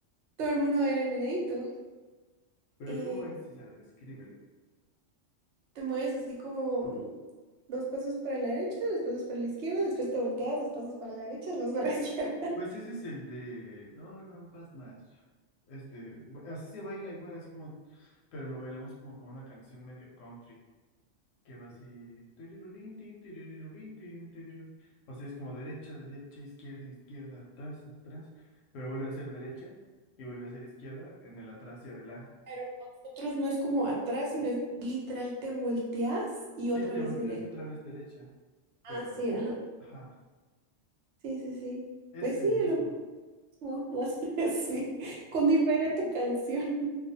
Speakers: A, on the right (about 70°); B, on the left (about 85°).
A: todo el mundo baila el meneadito.
B: Pero
A: Eh,
B: ¿cómo es? O sea, descríbelo.
A: Te mueves así como mm, dos pasos para la derecha, dos pasos para la izquierda, después te volteas, dos pasos para la derecha, dos pasos para la <laughs> izquierda.
B: Pues ese es el de no rompas más. Este, bu- así se baila igual, así como, pero lo bailamos como con una canción medio country, que va así. tirirurín, tin, tirirurín, tin, tirirú. O sea, es como derecha, derecha, izquierda, izquierda, atrás, atrás, pero vuelve a ser derecha y vuelve a ser izquierda en el atrás y adelante.
A: Pero nosotros no es como atrás, sino es literal te volteas y
B: Sí,
A: otra
B: te
A: vez
B: volteas
A: derecha.
B: y otra vez derecha,
A: Ah,
B: pero,
A: sí, ajá.
B: ajá,
A: Sí, sí, sí.
B: es
A: Pues
B: el
A: sí,
B: mismo.
A: es lo mismo. <laughs> Así, es, sí, con diferente canción.